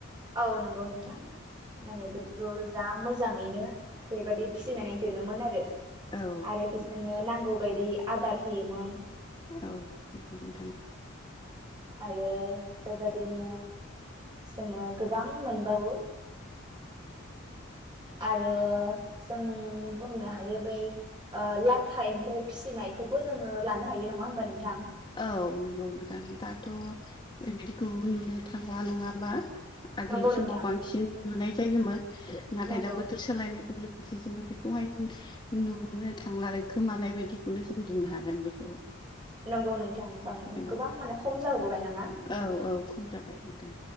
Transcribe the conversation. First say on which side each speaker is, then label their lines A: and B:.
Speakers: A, on the right (about 20°); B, on the left (about 20°).
A: औ नंगौ नोंथां माने बे औ गोजा मोजांङैनो बेबायदि फिसिनानै दोनोमोन आरो
B: औ
A: आरो बिसोरनो नांगौ बायदि आदार होयोमोन
B: औ नंगौ नोंथां
A: आरो बेबादिनो जोंङो गोबां मोनबावो आरो जों बुंनो हायो। बै ओ लाथा एम्फौ फिसिनायखौबो जोंङो लानो हायो नंङा। होमबा नोंथां
B: औ नंगौ नोंथां दाथ' बेबायदिखौ नुनो थांला नंङा होमबा आगोलनि
A: नंगौ नोंथां
B: समाव बांसिन नुनाय जायोमोन नाथाय
A: नंगौ
B: दा बोथोर सो सोलायनायजों लोगोसे जोंङो बेखौहाय नुनो थांला आरो गोमानाय बायदिखौनो जों बुंनो हागोन बेखौ
A: नंगौ नोंथां
B: औ
A: गोबां माने खम जाहोबोबाय नंङा
B: औ औ खम जाबाय नोंथां